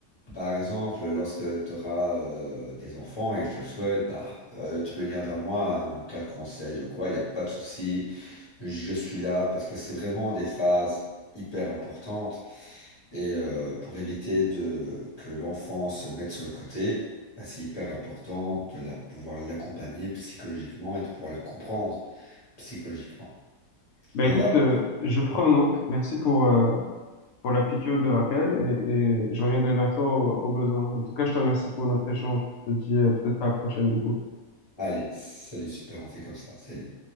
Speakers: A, on the left; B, on the left.
A: Par exemple, lorsque tu auras euh, des enfants et que je te le souhaite, bah, euh, tu peux venir vers moi hein, en cas de conseil ou quoi, il n'y a pas de souci. Je suis là parce que c'est vraiment des phases hyper importantes. Et euh, pour éviter de, que l'enfant se mette sur le côté, bah, c'est hyper important de la, pouvoir l'accompagner psychologiquement et de pouvoir le comprendre psychologiquement.
B: Ben
A: Ça
B: écoute,
A: va?
B: euh, je prends note. Merci pour... euh, pour la piqûre de rappel et, et je reviendrai vers toi au, au besoin. En tout cas, je te remercie pour notre échange. Je te dis euh, peut-être à la prochaine du coup.
A: Allez, salut, super, on fait comme ça. Salut.